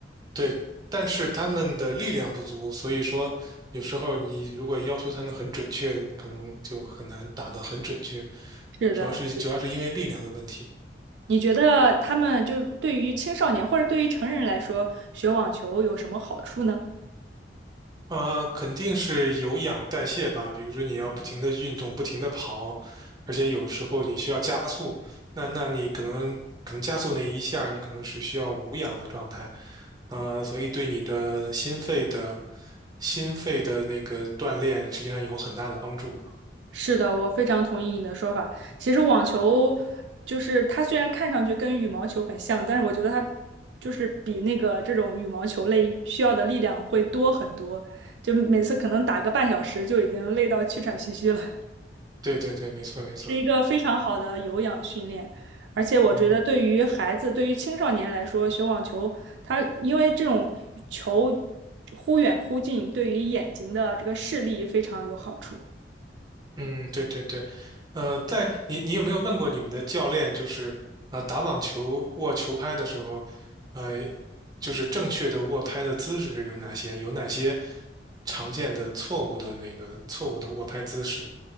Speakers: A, on the right; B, on the right.
A: 对，但是他们的力量不足，所以说有时候你如果要求他们很准确，可能就很难打得很准确，
B: 是的，
A: 主要是主要是因为力量的问题。
B: 你觉得他们就对于青少年或者对于成人来说，学网球有什么好处呢？
A: 啊，肯定是有氧代谢吧。比如说，你要不停的运动，不停的跑，而且有时候你需要加速，那那你可能可能加速那一下儿你可能是需要无氧的状态，呃，所以对你的心肺的心肺的那个锻炼，实际上有很大的帮助的。
B: 是的，我非常同意你的说法。其实网球就是它虽然看上去跟羽毛球很像，但是我觉得它就是比那个这种羽毛球类需要的力量会多很多，就每次可能打个半小时就已经累到气喘吁吁了，<laughs>
A: 对对对，没错没错，
B: 是一个非常好的有氧训练。而且我觉得对于孩子，
A: 嗯。
B: 对于青少年来说，学网球，它因为这种球忽远忽近，对于眼睛的这个视力非常有好处。
A: 嗯，对对对，呃，在你你有没有问过你们的教练，就是啊、呃打网球握球拍的时候，呃，就是正确的握拍的姿势有哪些？有哪些常见的错误的那个错误的握拍姿势？